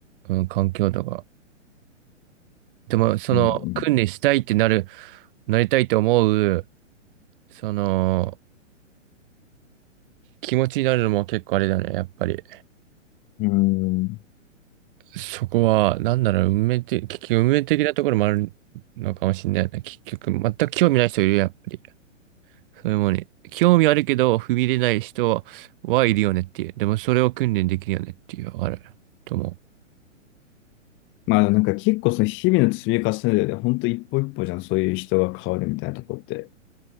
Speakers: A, on the right; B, on the left.
A: うん、環境とか。でも、その、
B: うん
A: 訓練したいってなる、なりたいと思う、その、気持ちになるのも結構あれだね、やっぱり。
B: うん。うん。
A: そこは、なんだろう、運命的、結局運命的なところもあるのかもしれないね。結局、全く興味ない人いるよ、やっぱり。そういうものに。興味あるけど、踏み入れない人はいるよねっていう。でも、それを訓練できるよねっていう、あると思
B: まあなんか結構その日々の積み重ねでね、本当一歩一歩じゃん、そういう人が変わるみたいなとこって。